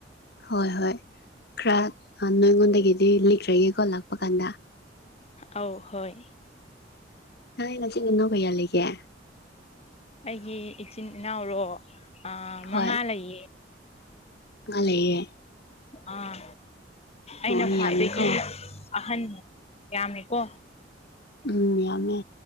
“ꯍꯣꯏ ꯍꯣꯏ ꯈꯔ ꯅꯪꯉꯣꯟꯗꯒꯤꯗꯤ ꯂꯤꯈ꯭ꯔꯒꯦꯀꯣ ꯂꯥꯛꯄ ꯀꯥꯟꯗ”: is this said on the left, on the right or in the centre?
Left